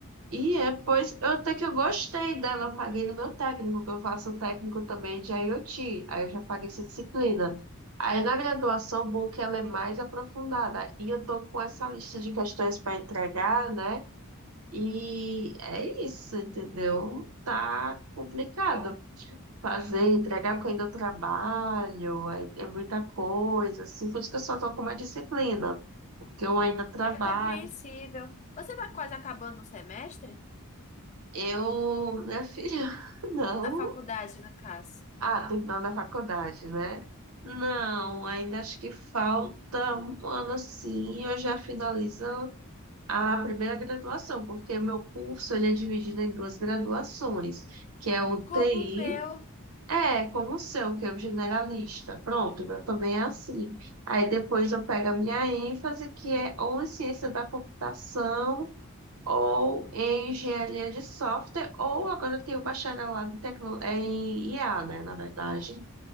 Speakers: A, on the right; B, on the left.
A: E é, pois eu até que eu gostei dela, eu paguei no meu técnico, porque eu faço técnico também de IoT, aí eu já paguei essa disciplina. Aí na graduação, bom que ela é mais aprofundada, e eu estou com essa lista de questões para entregar, né? E é isso, entendeu? Tá complicado fazer, entregar porque eu ainda trabalho, aí é muita coisa, assim, por isso que eu só tô com uma disciplina, porque eu ainda trabalho.
B: É compreensível. Você está quase acabando o semestre?
A: Eu, minha filha, <laughs> não.
B: A faculdade, no caso.
A: Ah, terminando a faculdade, né? Não, ainda acho que falta um ano assim, eu já finalizo a primeira graduação, porque meu curso ele é dividido em duas graduações, que é o TI
B: Como o meu,
A: É, como o seu, que é o generalista. Pronto, eu também é assim. Aí depois eu pego a minha ênfase, que é ou em ciência da computação, ou em engenharia de software, ou agora eu tenho um bacharelado em, tecno... é, em IA, né, na verdade.